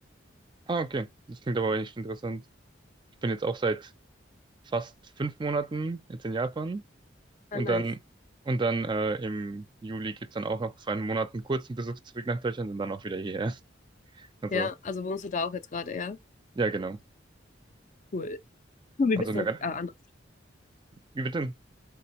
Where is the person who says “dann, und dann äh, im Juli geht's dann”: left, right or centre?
Right